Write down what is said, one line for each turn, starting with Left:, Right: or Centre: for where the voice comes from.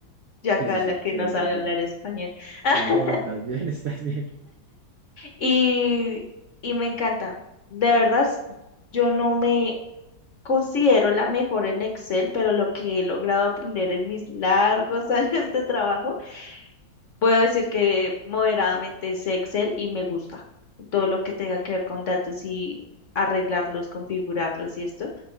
Left: Yo acá
Right: Sí, sí,
Left: la
Right: sí,
Left: que
Right: sí,
Left: no
Right: ahí
Left: sabe
Right: estás bien.
Left: hablar español. <laughs>
Right: No, estás bien, <laughs> estás bien.
Left: Y, y me encanta. De verdad, s- yo no me considero la mejor en Excel, pero lo que he logrado aprender en mis largos <laughs> años de trabajo, puedo decir que moderadamente sé Excel y me gusta todo lo que tenga que ver con datos y arreglarlos, configurarlos y esto.